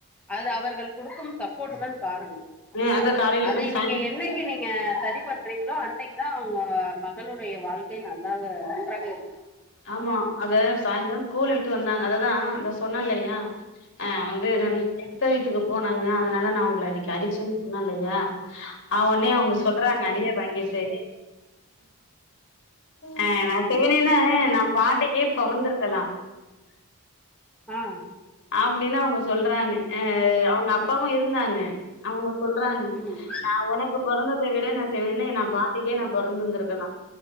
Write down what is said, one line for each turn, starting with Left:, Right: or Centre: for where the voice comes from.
Centre: அது அவர்கள் குடுக்கும் ச போட்டுதான் காரணம்
Left: அஹ் அந்த காலையில
Centre: அதை
Left: சாய்
Centre: நீங்க என்னைக்கு நீங்க சரி பண்றீங்க <unintelligible> அன்னைக்குதா அவங்க <unintelligible> மக்களுடைய வாழ்க்கை நல்லாக <unintelligible> <unintelligible>
Left: ஆமா அத சாய்ந்தரம் ஸ்கூல் விட்டு வந்தாங்க அததா அந்த சொன்னல்லயா ஆஹ் வந்து
Centre: ம்
Left: <unintelligible> அத்த வீட்டுக்கு போனாங்க அதனால நான் உங்களை அன்னைக்கு அடிச்சேன்னு சொன்னேல்லையா அவன்னே அவங்க சொல்றாங்க அடியே வாங்கிட்டு ஆஹ் நான் சிவனனேனு பாண்டிக்கே பொறந்திருக்கலா
Centre: ஆஹ்
Left: அப்டினு அவங்க சொல்றாங்க ஆ அவங்க அப்பாவு இருக் இருந்தாங்க அவங்க சொல்றாங்க
Centre: ம்
Left: நா ஒனக்கு பொறந்தத விட நா செவனேனு நா பாட்டிக்கே நான் பொறந்துந்திருக்கலா